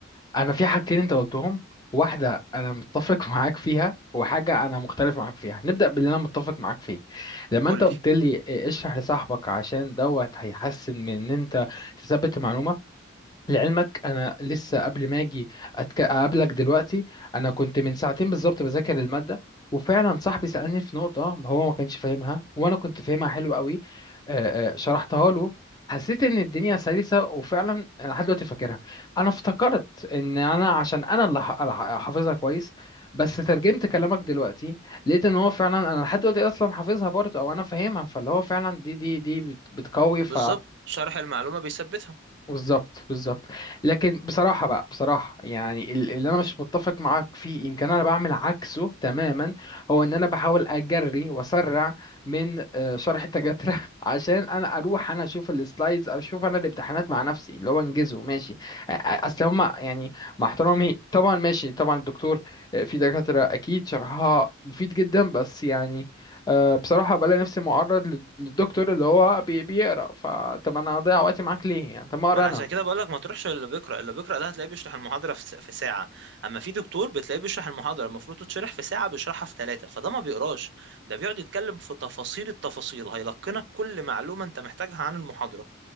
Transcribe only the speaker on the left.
انا في حاجتين انت قلتهم واحده انا متفق <laughs> معاك فيها وحاجه انا مختلف معاك فيها نبدا باللي انا متفق معاك فيه لما
انت قلت
لي إيه، اشرح لصاحبك عشان دوت هيحسن من ان انت تثبت المعلومه لعلمك انا لسه قبل ما اجي أتك... اقابلك دلوقتي انا كنت من ساعتين بالظبط بذاكر الماده وفعلا صاحبي سالني في نقطه هو ما كانش فاهمها وانا كنت فاهمها حلو قوي آه، آه، شرحتها له حسيت ان الدنيا سلسه وفعلا انا لحد دلوقتي فاكرها انا افتكرت ان انا عشان انا اللي ح- ح- حافظها كويس بس ترجمت كلامك دلوقتي لقيت ان هو فعلا انا لحد دلوقتي اصلا حافظها برضه او انا فاهمها فاللي هو فعلا دي دي دي بت- بتقوي ف
بالظبط بالظبط لكن بصراحة بقى بصراحة يعني ال- اللي أنا مش متفق معاك فيه يمكن أنا بعمل عكسه تماما هو إن أنا بحاول أجري وأسرع من آه، شرح التجاترة <laughs> عشان أنا أروح أنا أشوف السلايدز أو أشوف أنا الامتحانات مع نفسي اللي هو أنجزه ماشي أ- أ- أصل هما يعني مع احترامي طبعا ماشي طبعا الدكتور آه، في دكاترة أكيد شرحها مفيد جدا بس يعني أه بصراحة بلاقي نفسي معرض لل- للدكتور اللي هو بي- بيقرا فطب انا هضيع وقتي معاك ليه يعني طب ما اقرا
انا